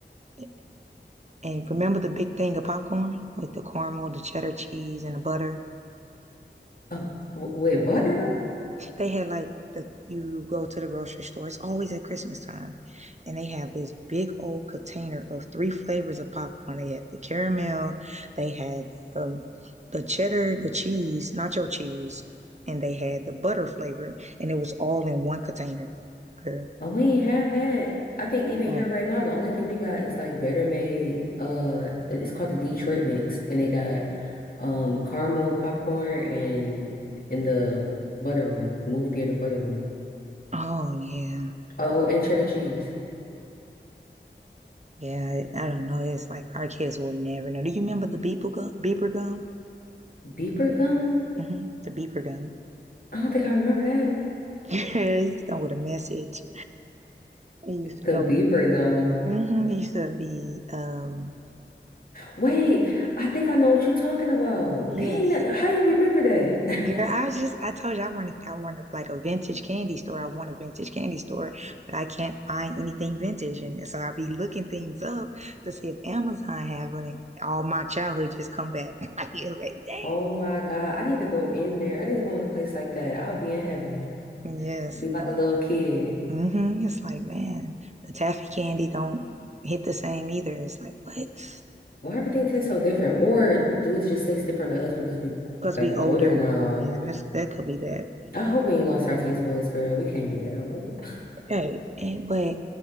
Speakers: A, on the right; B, on the left.
A: it. And remember the big thing of popcorn with the caramel, the cheddar cheese, and the butter?
B: Uh, w- with butter though?
A: They had like the you go to the grocery store. It's always at Christmas time, and they have this big old container of three flavors of popcorn. They had the caramel, they had um, the cheddar, the cheese, nacho cheese, and they had the butter flavor, and it was all in one container. Girl,
B: Uh, we ain't had that. I think even
A: like,
B: here right now, the only thing we got is like Better Made. Uh, it's called the Detroit Mix, and they got um caramel popcorn and and the butter one, the movie theater butter one.
A: oh yeah,
B: Oh, oh, and cheddar cheese.
A: yeah. I don't know. It's like our kids will never know. Do you remember the beeper gum? Beeper gum?
B: Beeper gum?
A: hmm The beeper gum.
B: I don't think I remember that.
A: <laughs> it used to come with a message. It used to
B: The
A: come
B: beeper
A: with
B: gum.
A: hmm Used to be, um,
B: Wait, I think I know what you're talking about.
A: yes.
B: Dang, that, how you remember that? <laughs>
A: Girl, I just I told you I want to I want to like a vintage candy store. I want a vintage candy store, but I can't find anything vintage, and so I'll be looking things up to see if Amazon have on it. All my childhood just come back. <laughs> Like, you like, dang.
B: Oh my God. I need to go in there. I need to go in a place like that. I'll be in heaven.
A: Yes,
B: Be like
A: like,
B: a little kid.
A: mm-hmm. It's like, man, the taffy candy don't hit the same either. It's like, what?
B: Why everything tastes so different? Or do it just taste different to us because we
A: Because
B: like
A: we
B: older
A: older.
B: now?
A: Yeah, that's that could be that.
B: I hope we ain't lost our taste buds, girl. We can't be that old. <laughs>
A: Right. And but